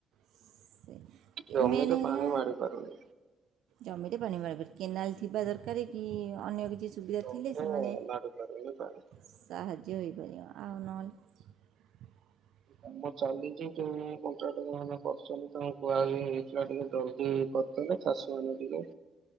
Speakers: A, on the right (about 80°); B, on the right (about 60°).
A: ସେ
B: ଜମିରେ
A: ମେନ ହେଲା
B: ପାଣି ମାଡି ପାରୁନି
A: ଜମିରେ ପାଣି <unintelligible> କେନାଲ ଥିବା ଦରକାର କି ଅନ୍ୟ କିଛି ସୁବିଧା
B: ଜମିରେ
A: ଥିଲେ ସେମାନେ
B: ମାଡି ପାରୁନି ପାଣି।
A: ସାହାଯ୍ୟ ହୋଇପାରିବ ଆଉ ନହେଲେ <inaudible>
B: କାମ ଚାଲିଛି ଯୋଉ କଣ୍ଟାକ୍ଟର ମାନେ କରଛନ୍ତି ତାଙ୍କୁ କୁହା ବି ହେଇଥିଲା ଟିକେ ଜଲଦି କଲେ ଚାଷୀ ମାନେ ଟିକେ